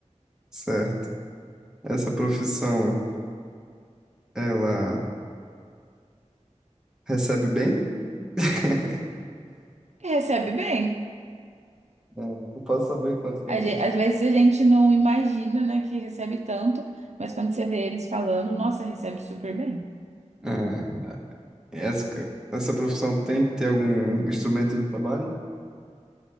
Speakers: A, in the centre; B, on the right.
A: certo. Essa profissão, ela recebe bem? <laughs>
B: E recebe bem.
A: Não, não posso saber quanto que
B: A
A: eu...
B: gen- Às vezes a gente não imagina, né, que recebe tanto, mas quando você vê eles falando, nossa, recebe super bem.
A: Ah, essa, essa profissão tem que ter algum instrumento de trabalho?